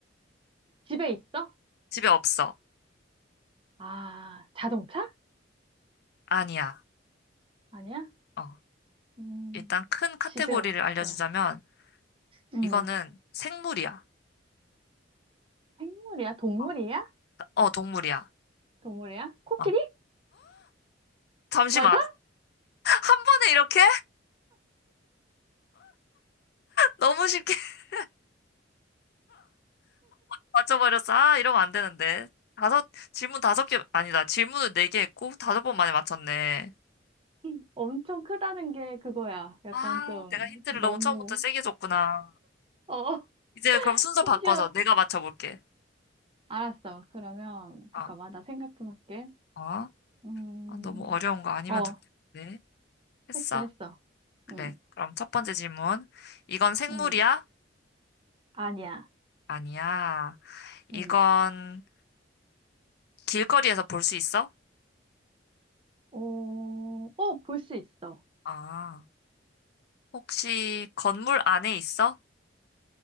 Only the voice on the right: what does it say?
집에 있어?
아, 자동차?
아니야?
음,
집에 없어.
응.
생물이야? 동물이야?
동물이야? 코끼리?
맞아?
코끼리 엄청 크다는 게 그거야. 약간
좀
너무
어 <laughs>
심지어
알았어. 그러면
잠깐만 나 생각 좀 할게.
음,
어
했어 했어.
음,
음 아니야.
음,
어, 어볼 수 있어.